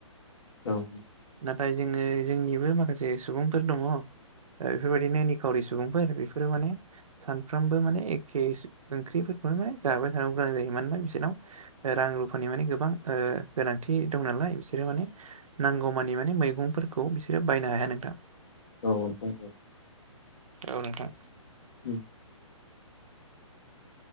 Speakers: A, on the left; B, on the right.
A: औ
B: नाथाय जोङो जोंनिबो माखासे सुबुंफोर दङ बेफोरबायदिनो खावरि सुबुंफोर आरो बेफोरो माने सानफ्रोमबो माने एखे ओंख्रिफोरखौनो म जाबाय थानांगौ मोजां जायो मानोना बिसोरनाव रां रुफानि माने गोबां गोनांथि दं नालाय बिसोरो माने नांगौमानि माने मैगंफोरखौ बिसोरो बायनो हाया नोंथां
A: नोंथां
B: औ नोंथां
A: उम